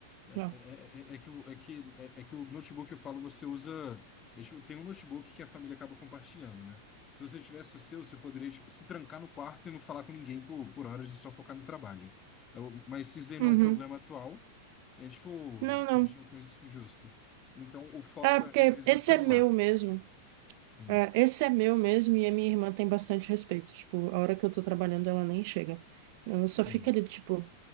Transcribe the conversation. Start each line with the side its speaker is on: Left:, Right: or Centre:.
Left: É, é,
Right: Já.
Left: é- é que, o- é, que, é, é que o notebook que eu falo, você usa. eles- Tem um notebook que a família acaba compartilhando, né? Se você tivesse o seu, você poderia, tipo, se trancar no quarto e não falar com ninguém por, por horas e só focar no trabalho. Eu- Mas se zenou
Right: Uhum.
Left: um problema atual, e é tipo,
Right: Não, não.
Left: continua com isso justo. Então o foco
Right: Ah, porque
Left: é, é mesmo
Right: esse
Left: o celular.
Right: é meu mesmo.
Left: Hum,
Right: É, esse é meu mesmo e a minha irmã tem bastante respeito. Tipo, a hora que eu tô trabalhando, ela nem chega. Ela só
Left: hum.
Right: fica ali, tipo,